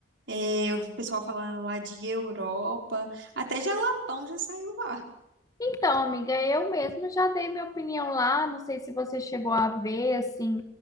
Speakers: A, on the right; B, on the left.
A: é, eu vi o pessoal falando lá de Europa, até Jalapão já saiu lá.
B: Então, amiga, eu mesma já dei minha opinião lá, não sei se você chegou a ver, assim,